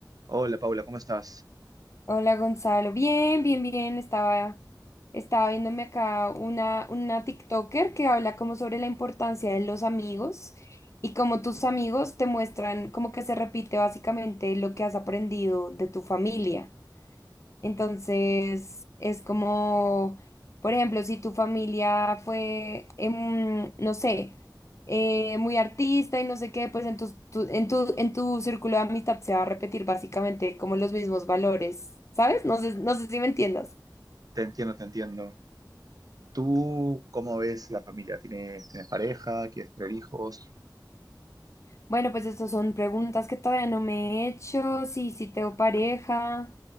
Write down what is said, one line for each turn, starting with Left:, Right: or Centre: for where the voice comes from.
Right: Hola Paula, ¿cómo estás?
Left: Hola Gonzalo, bien, bien, bien. Estaba, estaba viéndome acá una, una TikToker que habla como sobre la importancia de los amigos y cómo tus amigos te muestran como que se repite básicamente lo que has aprendido de tu familia. Entonces, es como, por ejemplo, si tu familia fue, em, no sé, eh, muy artista y no sé qué, pues en tu, tu- en tu, en tu círculo de amistad se va a repetir básicamente como los mismos valores, ¿sabes? No sé, no sé si me entiendas.
Right: Te entiendo, te entiendo. ¿Tú cómo ves la familia? ¿Tienes, tienes pareja? ¿Quieres tener hijos?
Left: Bueno, pues estas son preguntas que todavía no me he hecho, sí, sí tengo pareja,